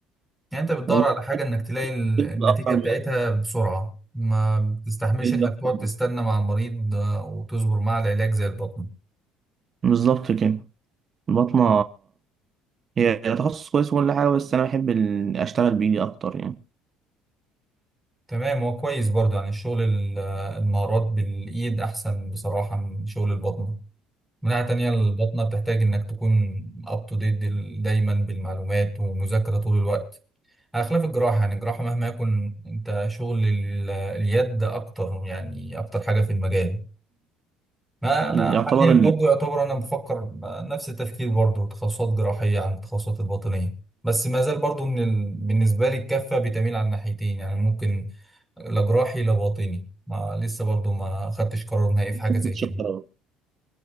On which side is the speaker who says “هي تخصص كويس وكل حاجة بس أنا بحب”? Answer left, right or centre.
Right